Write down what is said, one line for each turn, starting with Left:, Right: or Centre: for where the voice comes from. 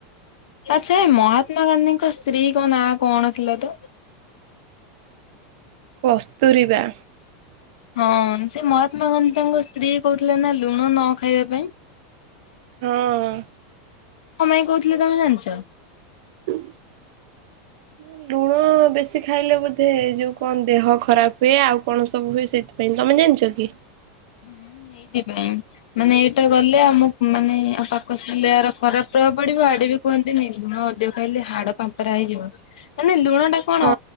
Left: ଆଛା। ଏ ମହାତ୍ମା ଗାନ୍ଧୀଙ୍କ ସ୍ତ୍ରୀଙ୍କ ନାଁ କଣ ଥିଲା ତ?
Right: କସ୍ତୁରିବା।
Left: ହଁ, ସେ ମହାତ୍ମା ଗାନ୍ଧୀ ତାଙ୍କ ସ୍ତ୍ରୀ କହୁଥିଲେ ନା ଲୁଣ ନ ଖାଇବା ପାଇଁ?
Right: ହଁ।
Left: କଣ ପାଇଁ କହୁଥିଲେ ତମେ ଜାଣିଛ?
Right: ଲୁଣ ହଁ, ବେଶୀ ଖାଇଲେ ବୋଧେ ଯୋଉ କଣ ଦେହ ଖରାପ ହୁଏ, ଆଉ କଣ ସବୁ ହୁଏ ସେଥିପାଇଁ। ତମେ ଜାଣିଛ କି?
Left: ହୁଁ, ଏଇଥି ପାଇଁ। ମାନେ ଏଇଟା ଗଲେ, ଆମ ମାନେ <unintelligible> ଆଉ ପାଖ ଏହାର ଖରାପ ପ୍ରଭାବ ପଡିବ ଆଡେ ବି। କୁହନ୍ତିନି? ଲୁଣ ଅଧିକ ଖାଇଲେ ହାଡ ପାମ୍ପରା ହେଇଯିବ। ମାନେ ଲୁଣ ଲୁଣ ଟା କଣ
Right: ହଁ